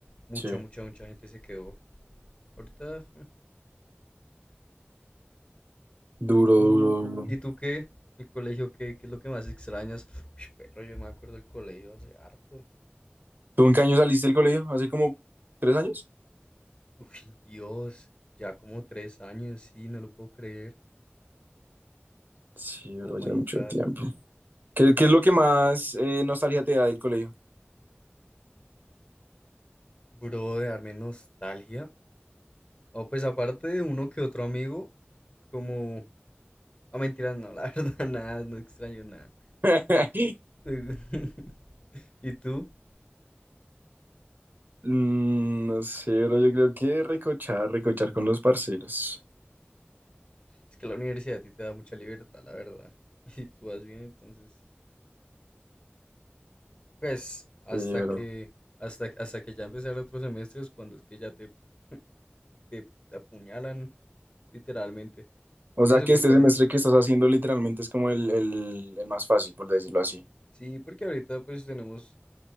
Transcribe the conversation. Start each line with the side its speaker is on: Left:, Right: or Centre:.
Left: mucha,
Right: Sí.
Left: mucha, mucha gente se quedó. Ahorita, mm,
Right: Duro,
Left: ¿y tú,
Right: duro, duro.
Left: y tú qué? ¿El colegio qué, qué es lo que más extrañas? Uy, perro, yo me acuerdo del colegio hace harto.
Right: ¿Tú en qué año saliste del colegio? ¿Hace como tres años?
Left: Uy, Dios, ya como tres años, sí, no lo puedo creer.
Right: Sí, bro,
Left: Oh my
Right: ya mucho
Left: God,
Right: tiempo. ¿Qué, qué es lo que más eh, nostalgia te da del colegio?
Left: bro, de darme nostalgia. O pues aparte de uno que otro amigo, como... Ah, mentiras, no, la <laughs> verdad, nada, no extraño nada.
Right: <laughs>
Left: <laughs> ¿Y tú?
Right: Mm, no sé, bro, yo creo que recochar, recochar con los parceros.
Left: Es que la universidad a ti te da mucha libertad, la verdad. <laughs> Y si tú vas bien, entonces... Pues hasta
Right: Sí, bro.
Left: que, hasta, hasta que ya empezar otros semestres, cuando es que ya te, <laughs> te, te apuñalan, literalmente.
Right: O
Left: Y
Right: sea
Left: eso
Right: que
Left: porque
Right: este
Left: ahorita...
Right: semestre que estás haciendo literalmente es como el, el, el más fácil, por decirlo así.
Left: Sí, porque ahorita pues tenemos,